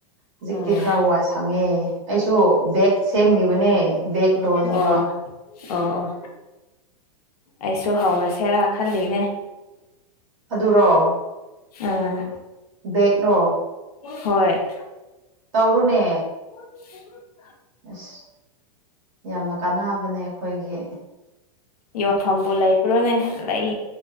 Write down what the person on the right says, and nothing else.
ꯍꯧꯖꯤꯛꯇꯤ
ꯈꯔ ꯋꯥꯏ ꯁꯪ ꯈꯪꯉꯦ ꯑꯩꯁꯨ ꯕꯦꯛ ꯁꯦꯝꯂꯤꯕꯅꯦ ꯕꯦꯛ ꯂꯣꯜꯂꯤꯕ
ꯑꯗꯨꯔꯣ
ꯕꯦꯡꯂꯣ
ꯇꯧꯔꯨꯅꯦ
ꯑꯁ ꯌꯥꯝꯅ ꯀꯥꯟꯅꯕꯅꯦ ꯑꯩꯈꯣꯏꯒꯤ